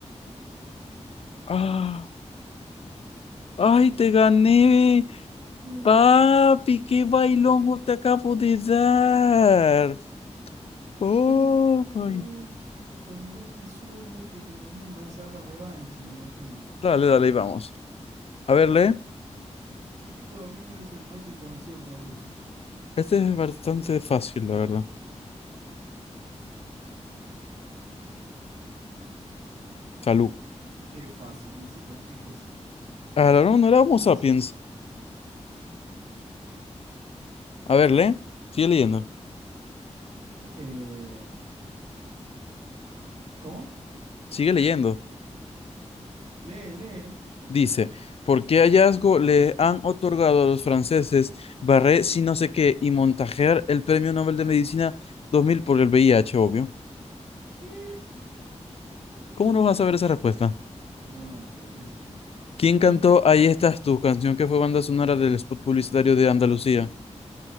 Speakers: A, on the left; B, on the right.
A: ¡Ah! ¡Ay,
B: Y me
A: te
B: ganas
A: gané!
B: por un punto.
A: Papi, qué bailongo te acabo de dar. Oh,
B: Un
A: my.
B: punto, mirá qué suerte que tenés, me vas a dar la revancha, me imagino.
A: Dale, dale, ahí vamos. A ver, lee.
B: ¿Qué tipo de dominio es el fósil conocido como Lucy?
A: Este es bastante fácil, la verdad. Salud.
B: Es fácil, dice cualquier cosa.
A: Ah, no, no era Homo
B: Gracias.
A: sapiens. A ver, lee. Sigue leyendo.
B: Eh, ¿Cómo?
A: Sigue leyendo.
B: Lee, lee.
A: Dice, ¿por qué hallazgo le han otorgado a los franceses Barré si no sé qué y Montajer el Premio Nobel de Medicina 2000 por el VIH, obvio?
B: ¿Qué?
A: ¿Cómo no vas a saber esa respuesta?
B: No, pero qué sé yo.
A: ¿Quién
B: ¿Quién
A: cantó
B: cantó?
A: Ahí estás tú, canción que fue banda sonora del spot publicitario de Andalucía?